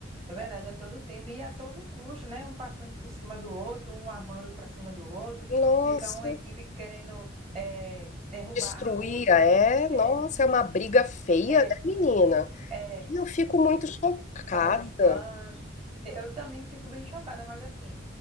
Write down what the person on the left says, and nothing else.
Nossa,
destruía,
é, nossa,
é uma briga feia,
né menina.
E eu fico muito chocada.